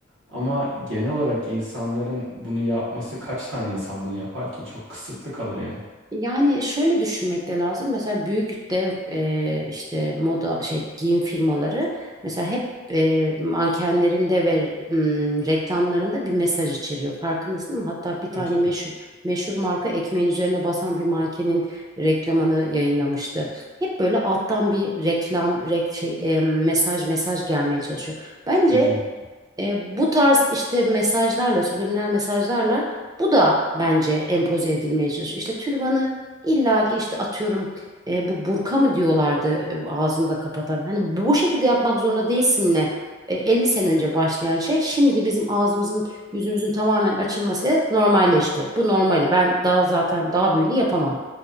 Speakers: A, on the right; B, on the right.
A: Ama genel olarak insanların bunu yapması kaç tane insan bunu yapar ki? Çok kısıtlı kalır yani.
B: Yani şöyle düşünmek de lazım. Mesela büyük dev e, işte moda şey giyim firmaları mesela hep e, mankenlerinde ve m, reklamlarında bir mesaj içeriyor. Farkındasın değil mi? Hatta bir tane
A: Tabii tabii.
B: meşhur meşhur marka ekmeğin üzerine basan bir mankenin reklamını yayınlamıştı. Hep böyle alttan bir reklam, rek, şey e, mesaj mesaj gelmeye çalışıyor. Bence
A: Şu bilim.
B: e, bu tarz işte mesajlarla, subliminal mesajlarla bu da bence empoze edilmeye çalışıyor. İşte türbanı illaki işte atıyorum e, bu burka mı diyorlardı e, ağzında kapatan. Hani bu şekilde yapmak zorunda değilsin ne? E, 50 sene önce başlayan şey şimdi bizim ağzımızın yüzümüzün tamamen açılması normalleşti. Bu normali ben daha zaten daha büyüğünü yapamam